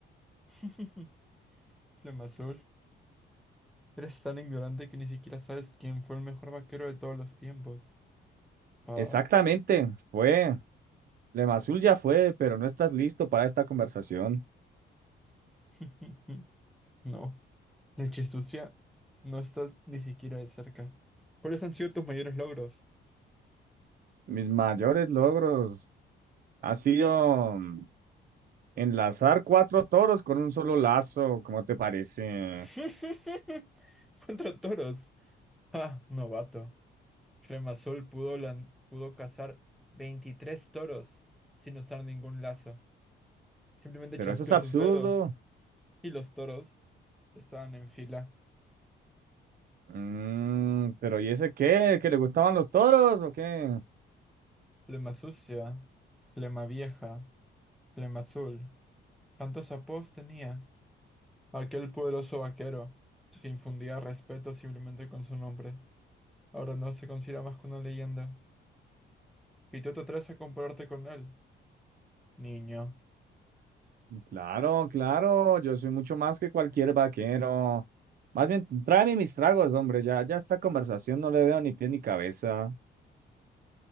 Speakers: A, in the centre; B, on the right.
A: <laughs> Flema Azul. Eres tan ignorante que ni siquiera sabes quién fue el mejor vaquero de todos los tiempos. Ah.
B: Exactamente, fue. Lemazul ya fue, pero no estás listo para esta conversación.
A: <laughs> No. Leche sucia. No estás ni siquiera de cerca. ¿Cuáles han sido tus mayores logros?
B: Mis mayores logros ha sido mm, enlazar cuatro toros con un solo lazo, ¿cómo te parece?
A: <laughs> Contra toros. Ah, novato. Remazol pudo, lan- pudo cazar 23 toros sin usar ningún lazo. Simplemente
B: Pero
A: chasqueó
B: eso es absurdo.
A: sus dedos y los toros estaban en fila.
B: Mm, pero ¿y ese qué? ¿Que le gustaban los toros o qué?
A: Flema sucia, flema vieja, flema azul. Tantos apodos tenía aquel poderoso vaquero que infundía respeto simplemente con su nombre. Ahora no se considera más que una leyenda. Y tú te atreves a compararte con él. Niño,
B: Claro, claro, yo soy mucho más que cualquier vaquero. Más bien, tráeme mis tragos, hombre, ya, ya esta conversación no le veo ni pie ni cabeza.